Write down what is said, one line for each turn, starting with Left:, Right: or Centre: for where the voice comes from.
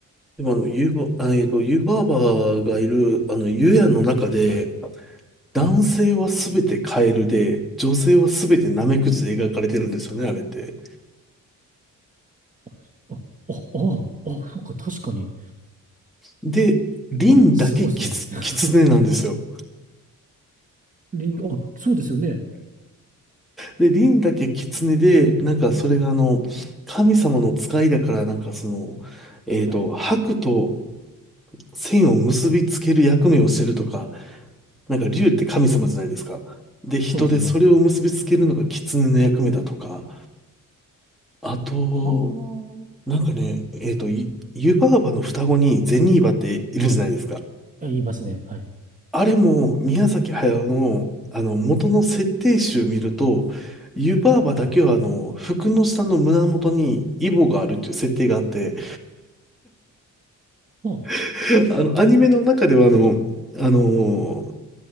Centre: でもあの、ユーバ、あえっと、ユーバーバーがいる、あの、ユヤの中で、
Right: はい。はい。
Centre: 男性はすべてカエルで、女性はすべてナメクジで描かれてるんですよね、あれって。
Right: あ、あ、あ、あ、あそっか、確かに。
Centre: で、リンだけキツ、
Right: あ、すごいですね。<laughs>
Centre: キツネなんですよ。
Right: リンゴ、あ、そうですよね。
Centre: で、リンだけ狐で、なんかそれがあの、
Right: リンゴ
Centre: 神様の使いだから、なんかその、えっと、
Right: はい。
Centre: 白と線を結びつける役目をしてるとか、なんか竜って神様じゃないですか。で、人でそれを結びつけるのが狐の役目だとか、
Right: そうですね。
Centre: あと、
Right: は
Centre: なんかね、えっと、ゆ湯婆婆の双子にゼニーバっているじゃないですか。
Right: あ。はい。え言いますね。はい。
Centre: あれも宮崎駿の、あの元の設定集見ると、湯婆婆だけはあの服の下の胸元にイボがあるっていう設定があって、
Right: はい。あ、
Centre: <laughs> あのアニメの中ではあの、あの